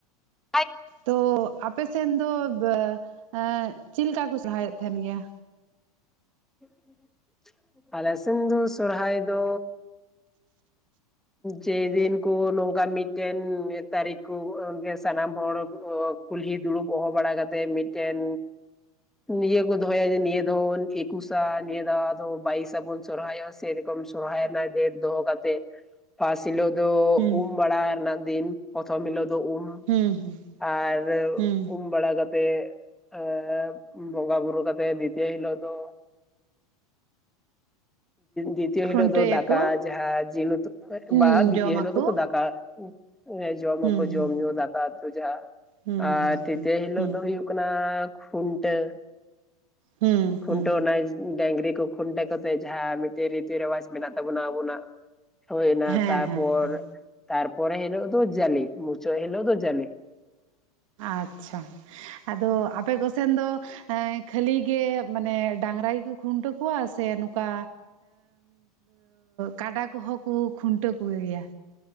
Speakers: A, in the centre; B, on the right.
A: <inaudible>
B: ᱛᱚ ᱟᱯᱮ ᱥᱮᱱ ᱫᱚ <inaudible> ᱪᱮᱫ ᱞᱮᱠᱟ ᱠᱚ ᱥᱚᱨᱦᱟᱭ ᱚᱜ ᱛᱟᱦᱮᱱ ᱜᱮᱭᱟ?
A: <inaudible> ᱟᱞᱮ ᱥᱮᱱᱫᱷᱩ ᱥᱚᱨᱦᱟᱭ ᱫᱚ ᱡᱮᱫᱤᱱ ᱠᱩ ᱱᱚᱝᱠᱟ ᱢᱤᱫᱴᱮᱱ ᱛᱟᱹᱨᱤᱠᱷᱠᱩ ᱥᱟᱱᱟᱢ ᱦᱚᱲ ᱠᱩᱞᱦᱤ ᱫᱩᱲᱩᱵ ᱦᱚᱦᱚ ᱵᱟᱲᱟ ᱠᱟᱛᱮᱫ ᱢᱤᱫᱴᱮᱱ ᱱᱤᱭᱟᱹ ᱠᱚ ᱫᱚᱦᱚᱭᱟ ᱡᱮ ᱱᱤᱭᱟᱹ ᱫᱚ ᱮᱠᱩᱥᱟ ᱱᱤᱭᱟᱹ ᱫᱚ ᱵᱟᱭᱤᱥᱟᱵᱩᱱ ᱥᱚᱨᱦᱟᱭᱚᱜ ᱥᱮ ᱠᱚᱢ ᱥᱚᱨᱦᱟᱭᱱᱟ ᱰᱮᱹᱴ ᱫᱚᱦᱚ ᱠᱟᱛᱮ᱾ ᱯᱷᱟᱥᱴ ᱦᱤᱞᱳᱜ ᱫᱚ
B: ᱦᱩᱸ
A: ᱩᱢ ᱵᱟᱲᱟ ᱨᱮᱱᱟᱜ ᱫᱤᱱ ᱯᱨᱚᱛᱷᱚᱢ ᱦᱤᱞᱚᱜ ᱫᱚ ᱩᱢ᱾
B: ᱦᱩᱸ ᱦᱩᱸ
A: ᱟᱨ
B: ᱦᱩᱸ
A: ᱵᱟᱲᱟ ᱠᱟᱛᱮᱜ ᱮ ᱵᱚᱸᱜᱟ ᱵᱩᱨᱩ ᱠᱟᱛᱮᱜ ᱵᱤᱫᱟ. ᱭ ᱦᱤᱞᱳᱜ ᱫᱚ ᱫᱤᱛᱚ ᱦᱤᱞᱳᱜ
B: ᱠᱷᱩᱱᱴᱟᱹᱭᱟᱠᱚ
A: ᱫᱚ ᱫᱟᱠᱟ ᱡᱟᱸᱦᱟᱸ ᱡᱤᱞ ᱩᱛᱩ
B: ᱦᱩᱸ
A: ᱵᱟ ᱫᱤᱛᱤᱭᱚ
B: ᱡᱚᱢᱟᱠᱚ
A: ᱦᱤᱞᱳᱜ ᱫᱚᱠᱚ ᱫᱟᱠᱟ ᱦᱚᱸ ᱡᱚᱢᱟᱠᱚ
B: ᱦᱩᱸ ᱦᱩᱸ
A: ᱡᱚᱢ ᱧᱩ ᱫᱟᱠᱟ ᱩᱛᱩ ᱡᱟᱸᱦᱟ
B: ᱦᱩᱸ
A: ᱟᱨ
B: ᱦᱩᱸ
A: ᱛᱤᱛᱭᱚ
B: ᱦᱩᱸ
A: ᱦᱤᱞᱳᱜ
B: ᱦᱩᱸ
A: ᱫᱚ ᱦᱩᱭᱩᱜ ᱠᱟᱱᱟ ᱠᱷᱩᱱᱴᱟ.
B: ᱦᱩᱸ
A: ᱠᱷᱩᱱᱩᱱᱴᱟ.
B: ᱦᱩᱸ
A: ᱣ ᱚᱱᱟ ᱰᱟᱝᱨᱤ ᱠᱚ ᱠᱷᱩᱱᱴᱟᱹᱣ ᱠᱟᱛᱮᱜ ᱡᱟᱸᱦᱟᱸ ᱢᱤᱫᱴᱮᱱ ᱨᱤᱛᱤ ᱨᱮᱣᱟᱡ ᱢᱮᱱᱟᱜ ᱛᱟᱵᱚᱱᱟ ᱟᱵᱚᱱᱟᱜ᱾ ᱦᱩᱭᱱᱟ
B: ᱦᱮᱸ
A: ᱛᱟᱨᱯᱚᱨ
B: ᱦᱮᱸ ᱦᱮᱸ
A: ᱛᱟᱨᱯᱚᱨᱮ ᱦᱤᱞᱳᱜ ᱫᱚ ᱡᱟᱞᱮ ᱢᱩᱪᱟᱹᱫ ᱦᱤᱞᱳᱜ ᱫᱚ ᱡᱟᱞᱮ᱾
B: ᱟᱪᱪᱷᱟ᱾ ᱟᱫᱚ ᱠᱚᱥᱮᱱ ᱫᱚ ᱠᱷᱟᱹᱞᱤ ᱜᱮ ᱢᱟᱱᱮ ᱰᱟᱝᱨᱟ ᱜᱮᱠᱚ ᱠᱷᱩᱱᱴᱟᱹᱣ ᱠᱚᱣᱟ ᱥᱮ ᱱᱚᱝᱠᱟ ᱠᱟᱰᱟ ᱠᱚᱦᱚᱸ ᱠᱚ ᱠᱷᱩᱱᱴᱟᱹᱣ ᱠᱚᱜᱮ ᱜᱮᱭᱟ?